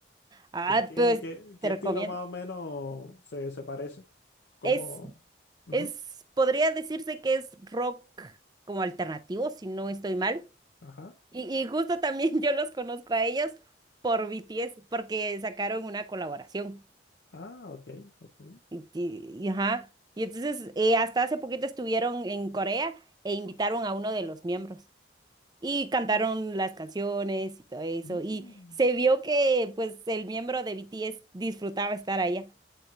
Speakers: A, on the right; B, on the left.
A: Ah,
B: Eh, ¿Qué,
A: pues
B: qué, qué
A: te
B: estilo
A: recomiendo.
B: más o menos se, se parece? ¿Cómo?
A: Es
B: Ujú,
A: Es, podría decirse que es rock como alternativo, si no estoy mal.
B: Ajá.
A: Y, y justo también <laughs> yo los conozco a ellos por BTS, porque sacaron una colaboración.
B: Ah, ok, ok.
A: Y, y- y ajá. Y entonces, eh, hasta hace poquito estuvieron en Corea e invitaron a uno de los miembros. Y cantaron las canciones y todo eso.
B: Mm.
A: Y se vio que, pues, el miembro de BTS disfrutaba estar allá.